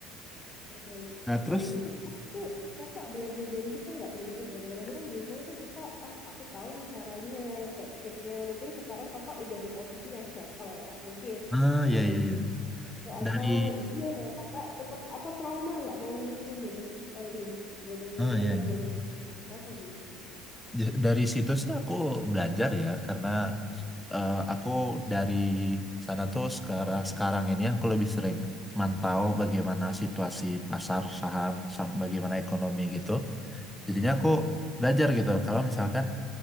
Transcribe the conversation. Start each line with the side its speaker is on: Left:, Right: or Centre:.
Left: Oh, baik.
Centre: Nah terus,
Left: Tapi itu itu kakak belajar dari situ nggak dari kegagalan kan biasanya tuh kita ah aku tahu nih caranya kayak triknya mungkin sekarang kakak udah di posisi yang settle ya mungkin
Centre: ah
Left: dengan
Centre: ya ya ya
Left: atau
Centre: dari,
Left: gimana kakak tetap apa trauma nggak mau nerusin jadi eh, ini jadi
Centre: ah
Left: apa
Centre: ya
Left: jual beli itu atau gimana?
Centre: J- Dari situ sih aku belajar ya karena eh, aku dari sana tuh sekarang sekarang ini aku lebih sering mantau bagaimana situasi pasar saham sam- bagaimana ekonomi gitu. Jadinya aku
Left: Hmm,
Centre: belajar gitu kalau misalkan